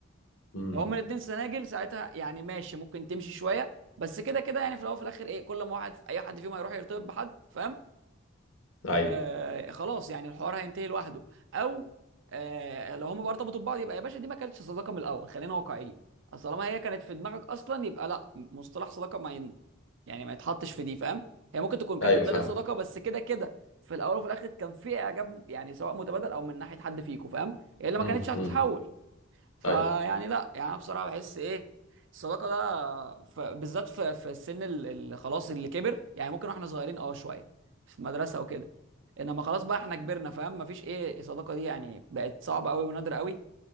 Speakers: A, on the left; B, on the right.
A: امم
B: لو هما الاتنين سناجل ساعتها يعني ماشي ممكن تمشي شويه بس كده كده يعني في الاول وفي الاخر ايه كل ما واحد اي حد فيهم هيروح يرتبط بحد فاهم
A: ايوه
B: آه خلاص يعني الحوار هينتهي لوحده او آه لو هم بقى ارتبطوا ببعض يبقى يا باشا دي ما كانتش صداقه من الاول خلينا واقعيين اصل طالما هي كانت في دماغك اصلا يبقى لا مصطلح صداقه ما ين... يعني ما يتحطش في دي فاهم هي ممكن تكون كانت
A: ايوه
B: ابتدت
A: فاهم
B: صداقه بس كده كده في الاول وفي الاخر كان في اعجاب يعني سواء متبادل او من ناحيه حد فيكم فاهم هي اللي
A: امم
B: ما كانتش هتتحول
A: امم
B: فيعني
A: ايوه
B: لا يعني انا بصراحه بحس ايه الصداقه ده ف... بالذات في في السن اللي اللي خلاص اللي كبر يعني ممكن واحنا صغيرين اه شويه في مدرسه وكده انما خلاص بقى احنا كبرنا فاهم مفيش ايه الصداقه دي يعني بقت صعبه قوي ونادره قوي